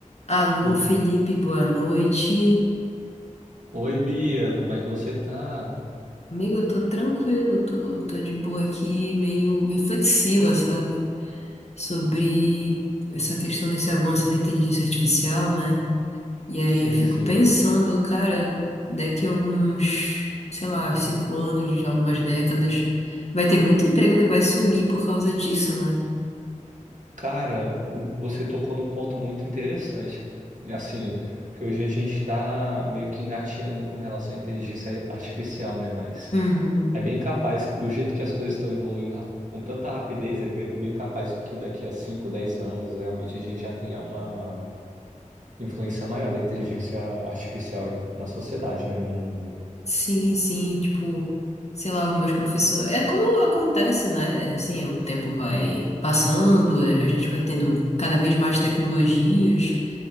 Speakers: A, on the left; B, on the right.
A: Alô,
B: Hum.
A: Felipe, boa noite.
B: Oi, Bia, como é que você tá?
A: Amigo, eu tô tranquilo, tô, tô de boa aqui, meio reflexiva, sabe? Sobre essa questão desse avanço da inteligência artificial, né? E aí
B: Sim,
A: eu fico
B: sim.
A: pensando, cara, daqui a alguns, sei lá, cinco anos, algumas décadas, vai ter muito emprego que vai sumir por causa disso, né?
B: Cara, o- você tocou num ponto muito interessante. E, Assim, que hoje a gente tá meio que engatinhando com relação à inteligência artificial, né? Mas
A: Uhum.
B: é bem capaz, do jeito que as coisas estão evoluindo ra- com tanta rapidez, é be- bem capaz que daqui a 5, 10 anos realmente a gente já tenha uma influência maior da inteligência artificial na sociedade, né? No mundo.
A: Sim, sim, tipo, sei lá, algumas profissões. É como acontece, né? Assim, o tempo vai passando, a a gente vai tendo cada vez mais tecnologias.